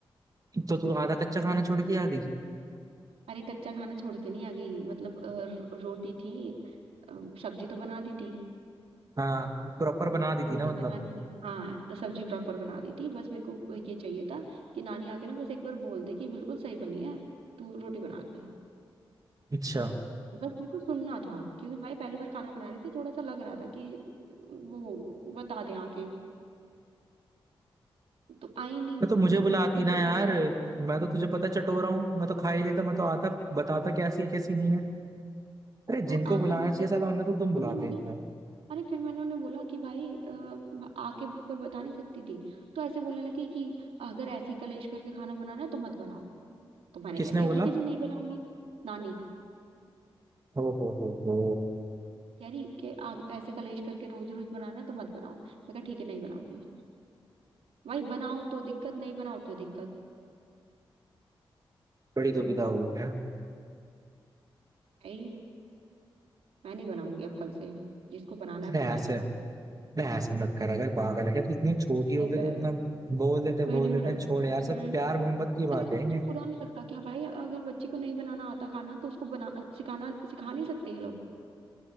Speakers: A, on the right; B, on the right.
A: तो तू आधा कच्चा खाना छोड़ के आ गई
B: अरे कच्चा खाना छोड़ के नहीं आ गई मतलब अ, र- रोटी थी अ, सब्जी तो बना दी थी
A: हाँ प्रॉपर बना दी थी
B: रोटी
A: ना मतलब
B: बना दी थी हाँ तो सब्जी प्रॉपर बना दी थी बस मेरे को ये चाहिए था कि नानी आके ना बस एक बार बोल दे कि बिल्कुल सही बनी है तू रोटी बना ले
A: अच्छा
B: बस मेरे को सुनना था क्योंकि भाई पहली बार खाना बना रही थी थोड़ा सा लग रहा था कि वो बता दे आके तो आई नहीं
A: मैं तो मुझे
B: मेरे
A: बुलाती
B: को फिर
A: ना
B: बुरा
A: यार
B: लगा
A: मैं तो तुझे पता चटोरा हूँ मैं तो खा ही लेता मैं तो आता बताता कैसी है कैसी नहीं है अरे
B: तो
A: जिनको
B: आके
A: बुलाना
B: ना
A: चाहिए
B: फिर
A: साला उन्हें तो तुम
B: फिर
A: बुलाते
B: ना मैंने
A: हैं
B: अरे फिर मैंने उन्हें बोला कि भाई अ, म- आके ऊपर बता नहीं सकती थी तो ऐसे बोलने लगी कि अगर ऐसे ही कलेश करके खाना बनाना है तो मत बनाओ तो मैंने
A: किसने
B: कह दिया
A: बोला
B: ठीक है जी नहीं बनाऊंगी नानी
A: हो हो हो हो
B: कह रही कि आ, ऐसे कलेश करके रोज रोज बनाना है तो मत बनाओ मैं कहा ठीक है नहीं बनाऊंगी भाई बनाओ तो दिक्कत नहीं बनाओ तो दिक्कत
A: बड़ी दुविधा हो गई है
B: है ही मैं नहीं बनाऊंगी अब कल से जिसको बनाना है
A: अरे
B: बनाए
A: ऐसे अरे ऐसे मत कर अगर पागल है क्या तू इतनी छोटी हो
B: भाई
A: गई
B: मैं
A: तो इतना बोल देते हैं
B: मैं
A: बोल
B: नहीं
A: देते
B: बनाऊंगी
A: हैं छोड़ यार सब
B: मैं
A: प्यार मोहब्बत की बात
B: अरे तो
A: है
B: मुझे
A: ये
B: बुरा नहीं लगता क्या भाई अगर बच्ची को नहीं बनाना आता खाना तो उसको बना सिखाना सिखा नहीं सकते ये लोग